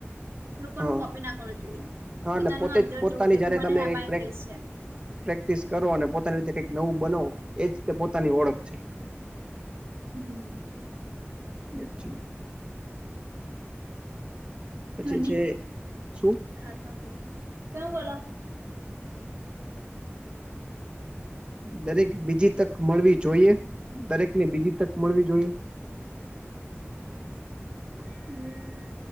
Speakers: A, on the right; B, on the right.
A: લોકો
B: હા
A: નુ કોપી ના કરવું જોઈએ
B: હા
A: પોતાનું
B: એટલે પોતે
A: અંદર
B: જ પોતાની
A: જોવું જોઈએ
B: જયારે
A: કે મને
B: તમે
A: એમાં
B: કઈક
A: ઇન્ટરેસ્ટ
B: પ્રેક-
A: છે.
B: પ્રેક્ટિસ કરો અને પોતાની રીતે કઈક નવું બનો એજ તે પોતાની ઓળખ છે.
A: <inaudible>
B: એ જી પછી
A: ધનિક
B: છે શું?
A: હા ત બોલો તું બોલો
B: દરેક બીજી તક મળવી જોઈએ દરેક ને બીજી તક મળવી જોઈએ.
A: હમ